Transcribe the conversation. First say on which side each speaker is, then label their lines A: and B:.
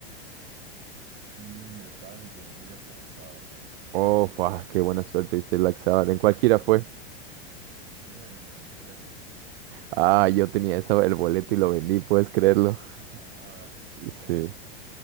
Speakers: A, on the right; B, on the right.
A: Así de metal, yo diría que Black Sabbath.
B: Oh, fua, qué buena suerte, viste Black Sabbath. ¿En cuál gira fue?
A: Sí. Eso fue la del 2013.
B: Ah, yo tenía esa, el boleto y lo vendí, ¿puedes creerlo?
A: Ajá, no.
B: Sí.